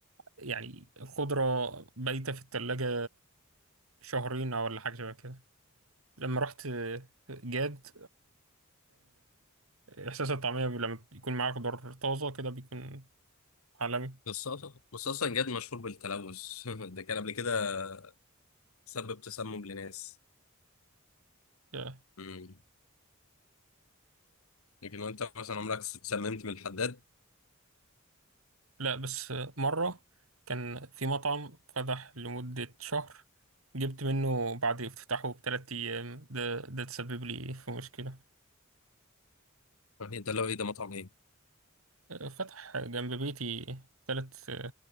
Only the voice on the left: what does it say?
بس أص- بس اصلا جد مشهور بالتلوث <laughs> ده كان قبل كده سبب تسمم لناس
مم. لكن وانت مثلا عمرك اتسممت من الحداد
يعني ده لو ايه ده مطعم ايه